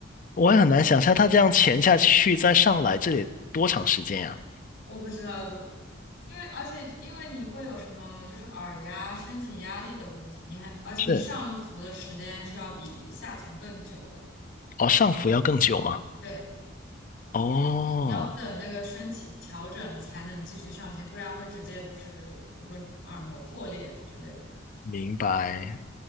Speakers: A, on the left; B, on the left.
A: 我也很难想象他这样潜下去再上来，这得多长时间呀？
B: 我不知道都，因为而且因为你会有什么就是耳压、身体压力的问题，你还而且你上浮的时间是要比下潜更久的，
A: 是，哦，上浮要更久吗？
B: 对，
A: 哦，
B: 你要等那个身体调整才能继续上潜，不然会直接就是比如说耳膜破裂之类的。
A: 明白，